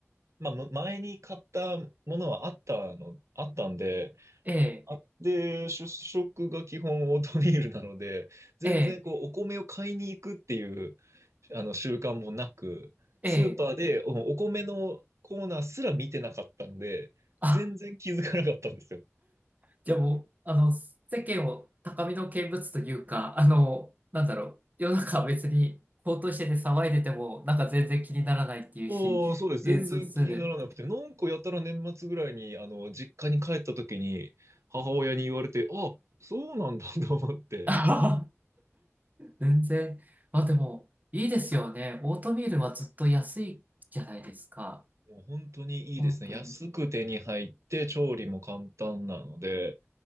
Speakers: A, on the right (about 75°); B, on the right (about 35°).
A: まあ、む前に買ったものはあったの、あったんで、
B: ええ
A: あで、主食が基本オートミールなので、全然こうお米を買いに行くっていう
B: え
A: あの習慣もなく、
B: えええ
A: スーパーでおお米のコーナーすら見てなかったんで、
B: あ
A: 全然気づかなかったんですよ。
B: じゃあもう、あの、世間を高みの見物というか、あの、なんだろう、世の中は別に高騰してて騒いでても、なんか全然気にならないっていうし、
A: おー、そうです。
B: えー、
A: 全然気にならなくて、
B: そうそうね。
A: なんかやたら年末ぐらいに、あの、実家に帰った時に、母親に言われて、あ、そうなんだ <laughs> と思って、
B: <laughs> あはは全然。まあでも、いいですよね。オートミールはずっと安いじゃないですか。
A: もう本当にいいですね。
B: 本当に。
A: 安く手に入って、調理も簡単なので、